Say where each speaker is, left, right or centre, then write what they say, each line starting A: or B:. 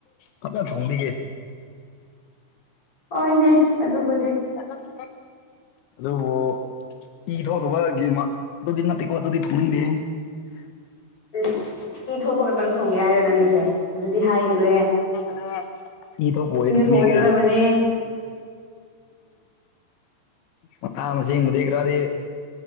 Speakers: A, on the left; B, on the left.
A: ꯐꯖꯅ ꯊꯣꯡꯕꯤꯒꯦ
B: ꯍꯣꯏꯅꯦ ꯑꯗꯨꯕꯨꯗꯤ
A: ꯑꯗꯨ ꯑꯗꯨꯕꯨ ꯏꯤ ꯊꯧꯗꯕ ꯒꯦꯝꯃ ꯑꯗꯨꯗꯤ ꯅꯠꯇꯦꯀꯣ ꯑꯗꯨꯗꯤ ꯊꯧꯅꯤꯡꯗꯦ <inaudible>
B: ꯏꯁ ꯏꯤ ꯊꯣꯛꯄ ꯈꯛꯇꯪ ꯊꯣꯡꯒꯦ ꯍꯥꯏꯔꯣ ꯅꯪꯒꯤꯁꯦ ꯑꯗꯨꯗꯤ ꯍꯥꯏꯒꯅꯣ
A: ꯅ ꯏ ꯊꯣꯛꯄ ꯑꯩ ꯊꯣꯛꯒꯦ
B: ꯊꯣꯡꯒꯗꯕꯅꯦ
A: ꯎꯝꯁꯗ ꯀ꯭ꯔꯥꯔ